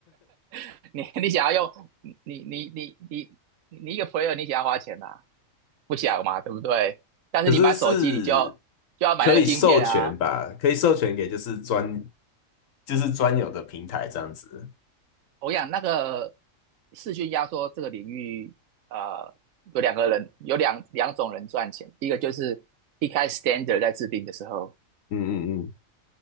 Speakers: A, on the right; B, on the left.
A: <laughs> 你你想要用你你你你你你一个 player 你想要花钱吗？不想嘛，对不对？但是你买手机你就要就要买那个晶片啊。
B: 可是是可以授权吧？可以授权给就是专就是专有的平台这样子。
A: 我想那个视讯压缩这个领域，呃，有两个人有两两种人赚钱，一个就是一开始 standard 在制定的时候，
B: 嗯嗯嗯，